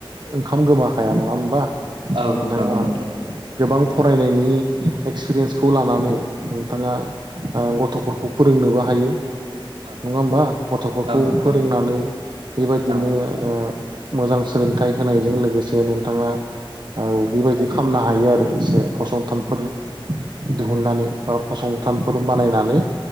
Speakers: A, on the right; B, on the right.
A: ओंखाम गोमाखाया नङा हबा
B: औ
A: नोंथाङा
B: नंगौ नोंथां
A: गोबां फरायनायनि एक्सपिरियेन्सखौ लानानै नोंथाङा गथ'फोरखौ फोरोंनोबो हायो
B: औ
A: नङा होमबा गथ'फोरखौ
B: औ
A: फोरोंनानै
B: नंगौ नोंथां
A: बेबायदिनो
B: औ
A: मोजां ओ सोलोंथाइ होनाय जों लोगोसे नोंथांआ ओ बेबायदि खालामनो हायो आरो एसे फसंथानफोर दिहुननानै
B: औ
A: बा फसं थालफोर बानायनानै